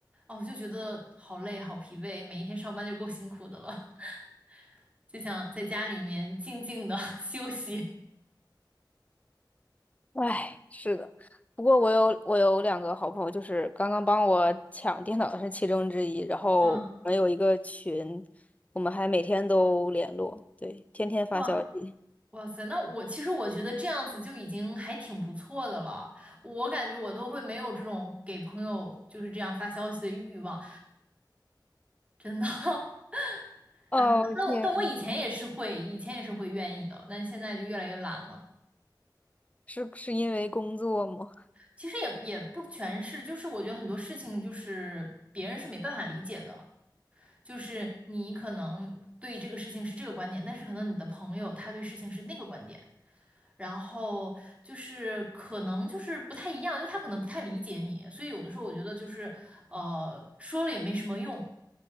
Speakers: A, on the right (about 15°); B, on the left (about 20°).
A: 哦，我就觉得好累，好疲惫，每一天上班就够辛苦的了。<laughs> 就想在家里面静静的 <laughs> 休息。
B: 唉，是的，不过我有我有两个好朋友，就是刚刚帮我抢电脑的是其中之一，然后我们有一个群，
A: 嗯，
B: 我们还每天都联络，对，天天发消息。
A: 哇，哇塞，那我其实我觉得这样子就已经还挺不错的了。我感觉我都会没有这种给朋友就是这样发消息的欲望，真的。<laughs>
B: 哦天，
A: 哎，那我但我以前也是会，以前也是会愿意的，但现在就越来越懒了。
B: 是是因为工作吗？
A: 其实也也不全是，就是我觉得很多事情就是别人是没办法理解的，就是你可能对这个事情是这个观点，但是可能你的朋友他对事情是那个观点，然后就是可能就是不太一样，就他可能不太理解你，所以有的时候我觉得就是呃说了也没什么用，